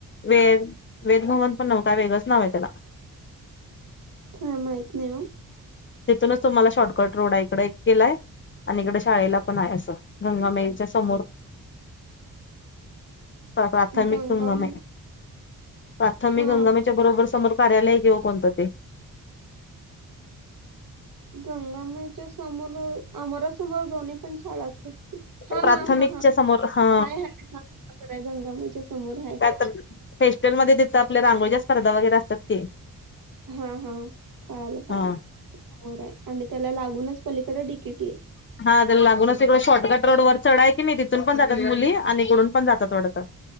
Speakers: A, on the left; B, on the right.
A: वेद वेद भवन पण न का वेगंळच नाव आहे त्याला
B: हां माहित नाही ओ
A: तिथूनच तुम्हाला शॉर्टकट रोडा इकडे केलाय आणि इकडं शाळेला पण आहे असं गंगामेईच्या समोर प्राथमिक
B: गंगामय
A: गंगामाई प्राथमिक
B: हा
A: गंगामाई त्या बरोबर समोर कार्यालय किं कोणतं ते
B: गंगामाईच्या समोर अमरासमोर दोन्ही पण शाळा हा
A: प्राथमिकच्या
B: हा हा हा
A: समोर हा
B: हाय हाय हा गंगामाच्या समोर आहेत.
A: काय फेस्टल मध्ये देत आपल्या रांगोळच्या स्पर्धा वगैरे असतात की
B: हा हा कळालं कालं
A: हा
B: समोर आहे आणि त्याला लागूनच पलीकडे डिकीटी आहे.
A: हा त्याला लागूनच इकडं शॉर्टकट रोड वर चढ आहे कि नाही तिथून पण जातात मुली आणि इकडून पण जात चढ आहे.